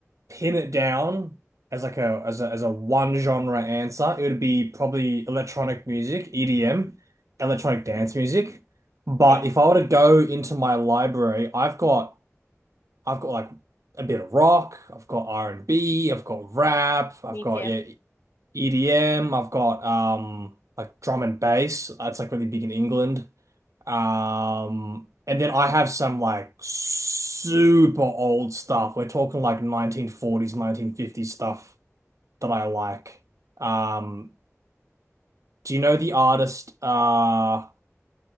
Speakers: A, on the right; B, on the left.
A: pin it down as like a as a as a one genre answer, it would be probably electronic music, EDM, electronic dance music. But
B: Okay.
A: if I were to go into my library, I've got I've got like a bit of rock, I've got r and B. have got rap, I've
B: Me
A: got
B: too.
A: yeah EDM, I've got um like drum and bass. That's like really big in England. Um and then I have some like super old stuff. We're talking like 1940s, 1950s stuff that I like. Um do you know the artist uh